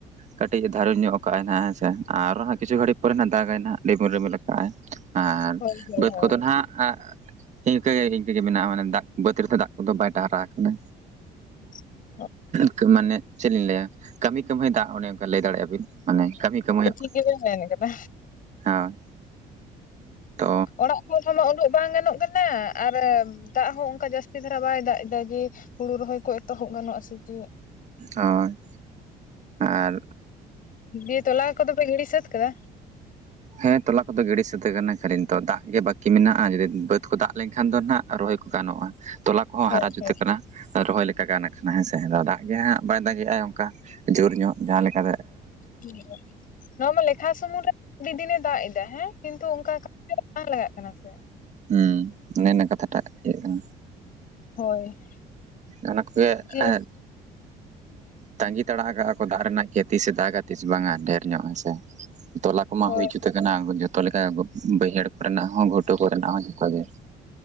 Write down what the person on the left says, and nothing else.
ᱦᱳᱭ ᱦᱳᱭ ᱦᱳᱭ
ᱦᱳᱭ
<inaudible>
ᱦᱳᱭ ᱴᱷᱤᱠ
ᱜᱮᱵᱮᱱ ᱢᱮᱱ ᱠᱟᱫᱟ
ᱚᱲᱟ-ᱜ ᱠᱷᱚᱱᱢᱟ ᱩᱫᱩᱜ ᱵᱟᱝ ᱜᱟᱱᱚᱜ ᱠᱟᱱᱟ ᱾ ᱟᱨ ᱫᱟᱜ ᱦᱚᱸ ᱚᱱᱠᱟ ᱡᱟᱹᱥᱛᱤ ᱫᱷᱟᱨᱟ ᱵᱟᱭ ᱫᱟᱜ ᱮᱫᱟ᱾ ᱡᱮ ᱦᱩᱲᱩ ᱨᱚᱦᱚᱭ ᱠᱚ ᱮᱛᱚᱦᱚᱵ ᱜᱟᱱᱚᱜᱼᱟ᱾ ᱥᱮ ᱪᱮ
ᱫᱤᱭᱮ ᱛᱚᱞᱟ ᱠᱚᱼᱫᱚ ᱯᱮ ᱤᱱᱰᱤ ᱥᱟᱹᱛ ᱠᱟᱫᱟ᱾
ᱦᱳᱭ
ᱦᱳᱭ
ᱦᱮᱸ ᱱᱚᱣᱟ ᱢᱟ ᱞᱮᱠᱷᱟ ᱥᱩᱢᱩ ᱨᱮ ᱟᱹᱰᱤ ᱫᱤᱱᱮ ᱫᱟᱜ ᱮᱫᱟ᱾ ᱦᱮᱸ ᱠᱤᱱᱛᱩ ᱚᱱᱠᱟ ᱵᱟᱝ ᱞᱟᱜᱟ-ᱜ ᱠᱟᱱᱟ ᱥᱮ᱾
ᱦᱳᱭ
ᱡᱮ
ᱦᱳᱭ